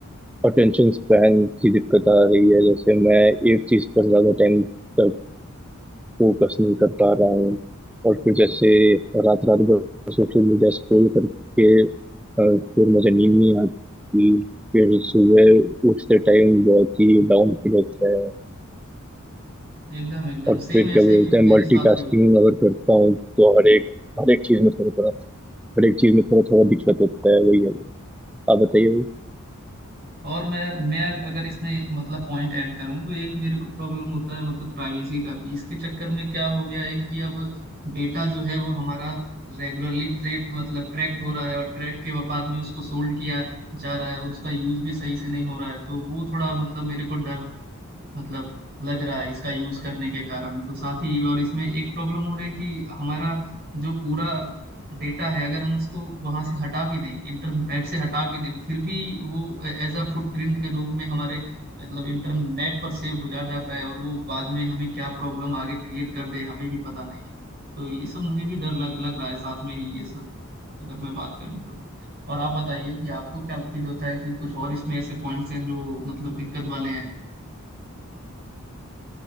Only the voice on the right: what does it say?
एकदम एकदम
सेम
ऐसा
ही कुछ
मेरे
साथ भी होता है
और मैं मैं अगर इसमें मतलब पॉइंट ऐड करूं तो एक मेरे को प्रॉब्लम होता है मतलब प्राइवेसी का भी इसके चक्कर में क्या हो गया है कि अब डेटा जो है वो हमारा रेगुलरली ट्रेड मतलब ट्रैक्ड हो रहा है और ट्रैक के बाद में उसको सोल्ड किया जा रहा है और उसका यूज भी सही से नहीं हो रहा है तो वो थोड़ा मतलब मेरे को डर मतलब लग रहा है इसका यूज करने के कारण तो साथ ही और इसमें एक प्रॉब्लम हो रही है कि हमारा जो पूरा डेटा है अगर हम उसको वहां से हटा भी दें इंटरनेट से हटा भी दें फिर भी वो एज अ फुटप्रिंट के रूप में हमारे मतलब इंटरनेट पर सेव हो जा जाता है और वो बाद में हमें क्या प्रॉब्लम आगे क्रिएट कर दे हमें भी पता नहीं है तो ये सब मुझे भी डर लग लग रहा है साथ में ही ये सब अगर मैं बात करूं तो और आप बताइए कि आपको क्या फील होता है कि कुछ और इसमें ऐसे पॉइंट्स हैं जो मतलब दिक्कत वाले हैं